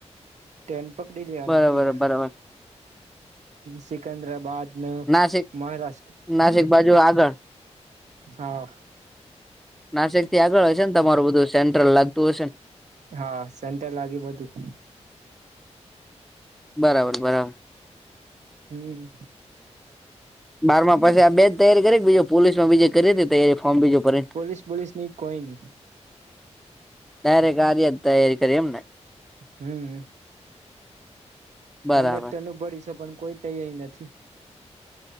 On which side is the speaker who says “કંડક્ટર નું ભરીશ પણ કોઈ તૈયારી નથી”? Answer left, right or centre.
Right